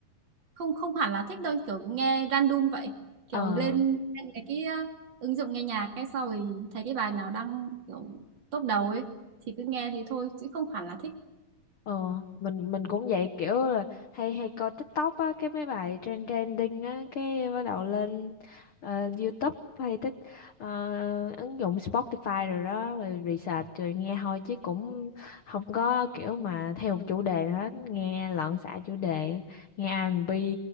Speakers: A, on the right; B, on the left.
A: không không hẳn là thích đâu, kiểu nghe random vậy. Kiểu
B: Ờ.
A: lên lên cái, cái à, ứng dụng nghe nhạc cái sau rồi thấy cái bài nào đang kiểu top đầu ấy thì cứ nghe thế thôi chứ không hẳn là thích.
B: Ờ, mình mình cũng vậy kiểu là hay hay coi TikTok á cái mấy bài trend trending á cái bắt đầu lên ờ, YouTube hay thích ờ, ứng dụng Spotify rồi đó rồi research rồi nghe thôi chứ cũng không có kiểu mà theo một chủ đề nào hết nghe loạn xạ chủ đề nghe R&B